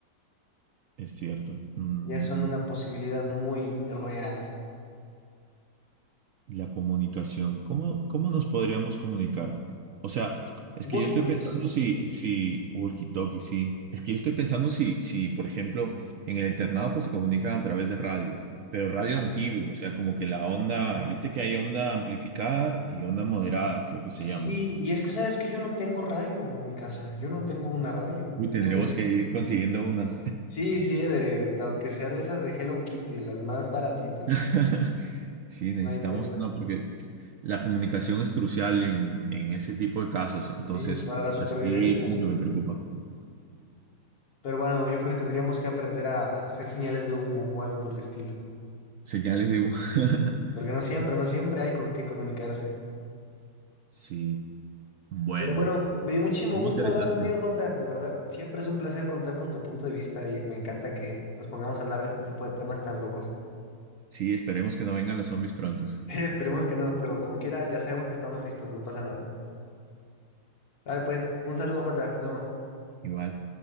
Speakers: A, on the right (about 65°); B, on the left (about 60°).
A: Es cierto. Mm,
B: Ya son una posibilidad muy real.
A: Y la comunicación, ¿cómo, cómo nos podríamos comunicar? O sea, es que
B: Walkie-talkies.
A: yo estoy pensando si, si, walkie-talkie, sí. Es que yo estoy pensando si, si, por ejemplo, en el Eternauta se comunican a través de radio, pero radio antiguo, o sea, como que la onda, viste que hay onda amplificada y onda moderada, creo que se
B: Sí,
A: llaman.
B: y es que sabes que yo no tengo radio en mi casa, yo no tengo una radio.
A: Uy, tendremos
B: Tiene-
A: que ir consiguiendo una.
B: Sí, sí, de, de- aunque sea de esas de Hello Kitty, de las más baratitas,
A: <laughs>
B: no,
A: Sí,
B: no
A: necesitamos
B: hay tema.
A: una porque la comunicación es crucial en, en ese tipo de casos, entonces,
B: Sí, para la supervivencia,
A: así como
B: sí.
A: que me preocupa.
B: Pero bueno, yo creo que tendríamos que aprender a hacer señales de humo o algo por el estilo,
A: Señales de... humo. <laughs>
B: porque no siempre, no siempre hay con qué comunicarse.
A: Sí, bueno,
B: Pero bueno, me dio muchísimo
A: muy
B: gusto
A: interesante.
B: hablar contigo, Jota. De verdad, siempre es un placer contar con tu punto de vista y me encanta que nos pongamos a hablar de este tipo de temas tan locos.
A: Sí, esperemos que no vengan los zombies prontos.
B: <laughs> Esperemos que no, pero como quiera, ya sabemos que estamos listos, no pasa nada. Dale, pues, un saludo, Jota, nos vemos.
A: Igual.